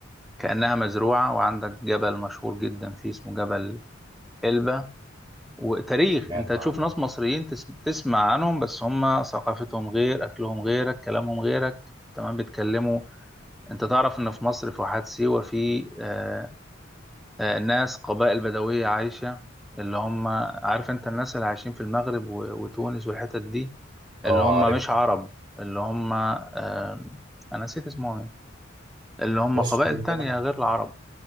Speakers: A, in the centre; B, on the right.
A: كأنها مزروعة وعندك جبل مشهور جدا فيه اسمه جبل إلبة وتاريخ
B: سمعت
A: انت تشوف
B: عنه
A: ناس مصريين تس- تسمع عنهم بس هم ثقافتهم غير أكلهم غيرك كلامهم غيرك تمام بيتكلموا انت تعرف ان في مصر في واحات سيوة في آه آه ناس قبائل بدوية عايشة اللي هم عارف انت الناس اللي عايشين في المغرب و- وتونس والحتت دي
B: اه
A: اللي هم
B: عارف
A: مش عرب اللي هم آه، انا نسيت اسمهم ايه اللي هم
B: بص
A: قبائل
B: هو
A: تانية
B: انا
A: غير العرب